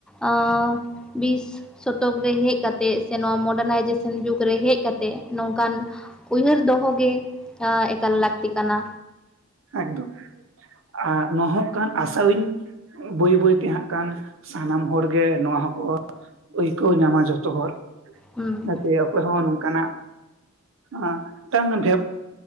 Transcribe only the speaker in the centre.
ᱟᱸ ᱵᱤᱥ ᱥᱚᱛᱚᱠ ᱨᱮ ᱦᱮᱡ ᱠᱟᱛᱮᱜ ᱥᱮ ᱱᱚᱭᱟ ᱢᱚᱰᱟᱱᱟᱭᱡᱮᱥᱚᱱ ᱡᱩᱜᱽ ᱨᱮ ᱦᱮᱡ ᱠᱟ ᱛᱮ ᱱᱚᱝᱠᱟᱱ ᱩᱭᱦᱟᱹᱨ ᱫᱚᱦᱚᱜ ᱜᱮ ᱟᱸ ᱮᱠᱟᱞ ᱞᱟᱹᱠᱛᱤ ᱠᱟᱱᱟ᱾
ᱦᱩᱸ᱾